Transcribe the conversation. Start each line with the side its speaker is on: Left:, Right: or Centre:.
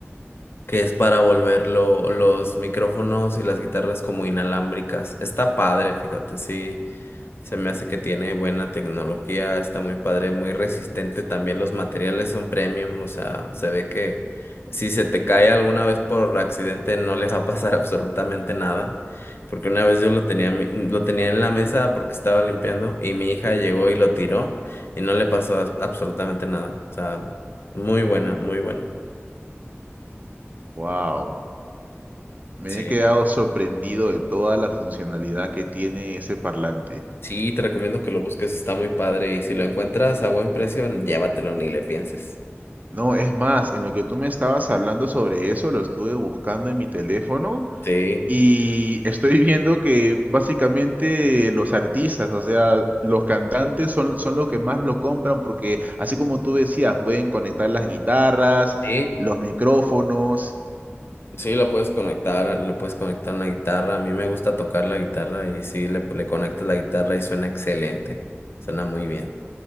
Left: que es para volver lo- los micrófonos y las guitarras como inalámbricas. Está padre, fíjate, sí, se me hace que tiene buena tecnología, está muy padre, muy resistente también, los materiales son premium, o sea, se ve que si se te cae alguna vez por accidente no le va a pasar <laughs> absolutamente nada. Porque una vez yo lo tenía, en mi- lo tenía en la mesa porque estaba limpiando y mi hija llegó y lo tiró y no le pasó as- absolutamente nada. O sea, muy buena, muy buena.
Right: Wow, me
Left: Sí.
Right: he quedado sorprendido de toda la funcionalidad que tiene ese parlante.
Left: Sí, te recomiendo que lo busques, está muy padre y si lo encuentras a buen precio, llévatelo ni le pienses.
Right: No, es más, en lo que tú me estabas hablando sobre eso, lo estuve buscando en mi teléfono
Left: Sí,
Right: y estoy viendo que básicamente los artistas, o sea, los cantantes son, son los que más lo compran porque así como tú decías, pueden conectar las guitarras,
Left: sí,
Right: los micrófonos.
Left: sí, lo puedes conectar, le puedes conectar una guitarra. A mí me gusta tocar la guitarra y sí, le, le conectas la guitarra y suena excelente, suena muy bien.